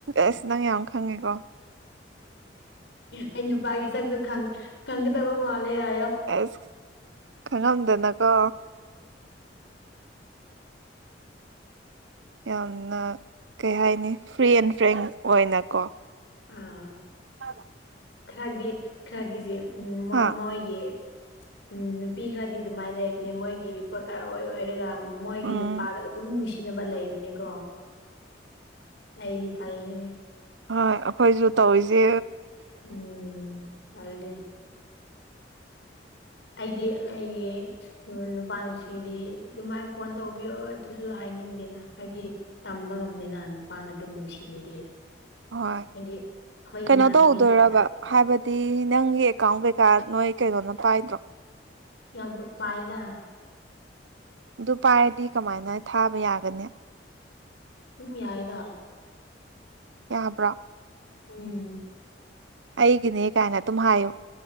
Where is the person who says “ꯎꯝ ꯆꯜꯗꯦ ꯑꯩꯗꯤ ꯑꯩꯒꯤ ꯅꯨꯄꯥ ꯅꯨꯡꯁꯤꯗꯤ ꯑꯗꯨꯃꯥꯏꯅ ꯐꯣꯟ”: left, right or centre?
Left